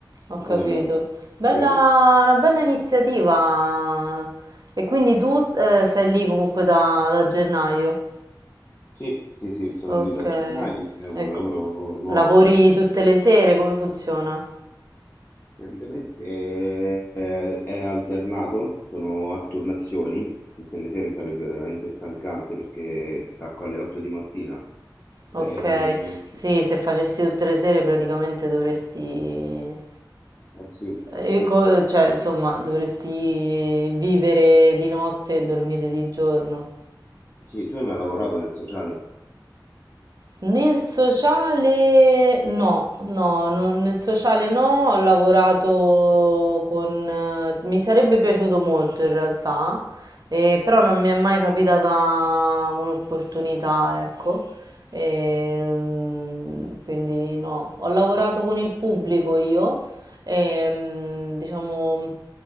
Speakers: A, on the right; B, on the left.
A: ho capito.
B: Cosa ne pensi?
A: Bella,
B: Eh,
A: una bella iniziativa. E quindi tu eh, sei lì comunque da da gennaio.
B: Sì, sì, sì, sono
A: Okay.
B: lì da gennaio, è un
A: Ecco.
B: lavoro nuovo.
A: Lavori
B: sì.
A: tutte le sere? Come funziona?
B: Praticamente eh, è alternato, sono a turnazioni, tutte le sere sarebbe veramente stancante perché stacco alle 8 di mattina. Eh,
A: Okay.
B: eh
A: Sì, se facessi tutte le sere praticamente dovresti
B: sì,
A: ehm, co cioè insomma dovresti vivere di notte e dormire di giorno.
B: sì, tu hai mai lavorato nel sociale?
A: Nel sociale no, no, no- nel sociale no, ho lavorato con... eh, mi sarebbe piaciuto molto in realtà, eh, però non mi è mai capitata un'opportunità, ecco, E non- quindi no, ho lavorato con il pubblico io, ehm, diciamo